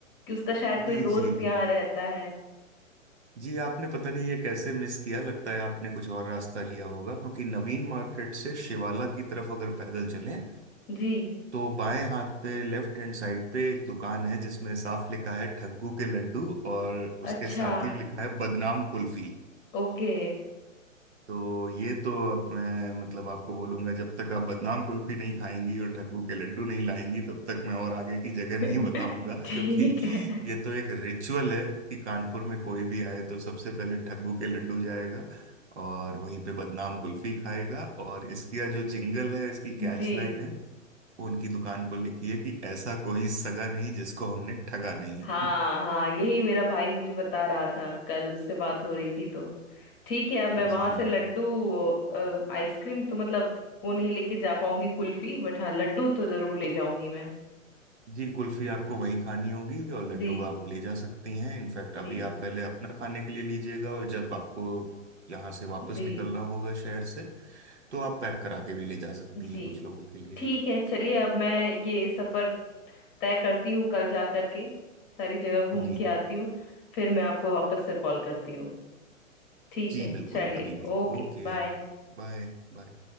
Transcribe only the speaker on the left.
कि उसका शायद कोई
दोस्त
यहाँ
रहता है
जी
अच्छा
ओके
<laughs>
ठीक
है
जी
हाँ
हाँ यही मेरा भाई मुझे बता रहा था कल उससे बात हो रही थी तो ठीक है अब मैं
वहां से लड्डू अ, आइसक्रीम तो मतलब वो नहीं लेके जा पाऊंगी कुल्फी बट हाँ लड्डू तो जरूर ले जाऊंगी मैं
जी
जी
जी
जी
ठीक है चलिए अब मैं ये सफर तय करती हूँ कल जा करके सारी जगह घूम
के आती हूँ फिर मैं आपको वापस से कॉल करती हूँ ठीक
है
चलिए
Okay
bye